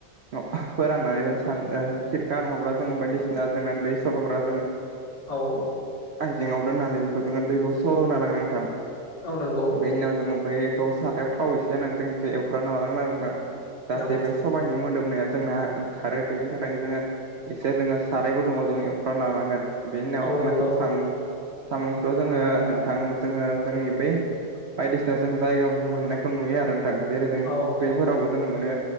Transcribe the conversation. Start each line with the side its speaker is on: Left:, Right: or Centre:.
Right: <unintelligible> फोराननानै जों सान ओ खिरखा नङाब्ला जोङो बायदिसिना जोंना दै सरग्रा जोङो
Left: औ।
Right: आइजेङाव दोननानै बेखौ जोङो दैखौ सर होना लागोन नोंथां।
Left: औ नंगौ।
Right: बे उनाव जोङो बैखौ सारायाव थाव एसे होननानै जों एवफ्रानना लानांगोन आरो नोंथां जाहाथे
Left: औ
Right: बे सबाइनि मोदोमनाया जोंना ओंखारो बेनि थाखायनो जोङो एसे जोङो साराय गुदुङाव जों एवफ्रामना लानांगोन बेनि उनाव
Left: औ
Right: जोंनाथ'
Left: नंगौ
Right: साम' सामखौथ' जोङो नोंथां जोङो जोंनि बे बायदिसिना जों जायगा मोननायखौ नुयो आरो नोंथां जेरै जोंनि
Left: औ
Right: फुख्रिफोरावबो जों मोनो